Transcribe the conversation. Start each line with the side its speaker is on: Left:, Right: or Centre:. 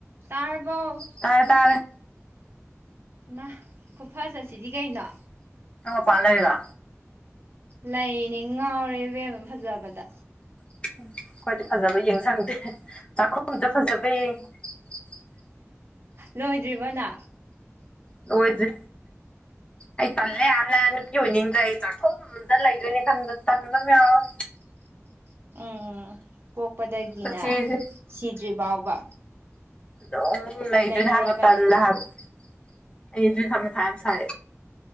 Right: ꯇꯥꯔꯕꯣ
Left: ꯍꯦꯜꯣ ꯇꯥꯏ ꯇ
Right: ꯏ ꯈꯨꯐ ꯆꯠꯁꯤꯗꯤ ꯀꯩꯅꯣ
Left: ꯎ ꯄꯟꯅꯔꯗ
Right: ꯂꯩꯅꯦ ꯉꯥꯎꯔꯦ ꯏꯕꯦꯝꯕ ꯐꯖꯕꯗ
Left: ꯑꯟꯏꯟꯇꯦꯜꯂꯤꯖꯦꯕꯜ
Right: ꯂꯣꯏꯗ꯭ꯔꯤꯕꯅ
Left: ꯂꯣꯏꯗ꯭ꯔꯤ
Right: ꯑꯟꯑꯣꯗꯤꯕꯜ
Left: ꯑꯩ ꯇꯜꯂꯦ ꯌꯥꯝꯅ ꯅꯨꯄꯤ ꯑꯣꯏꯅꯤꯡꯗ꯭ꯔꯦ ꯑꯩ ꯆꯥꯛꯈꯨꯝꯗ ꯂꯩꯗꯣꯏꯅꯦ ꯈꯟꯕ ꯇꯟꯕꯝ ꯌꯥꯎꯋꯦ
Right: ꯑꯟꯑꯣꯗꯤꯕꯜ ꯎꯝ ꯄꯣꯛꯄꯗꯒꯤꯅ
Left: ꯄꯨꯟꯁꯤꯁꯦ
Right: ꯁꯤꯗ꯭ꯔꯤ ꯐꯥꯎꯕ
Left: ꯗꯨꯝ ꯂꯩꯗꯨꯏꯅꯦ
Right: ꯂꯩꯗꯣꯔꯕꯅꯤ
Left: ꯍꯥꯏꯕ ꯇꯜꯂꯦ ꯍꯥꯏꯕ ꯑꯩꯗꯨ ꯊꯝꯃꯦ ꯊꯥꯏꯝ ꯁꯥꯏ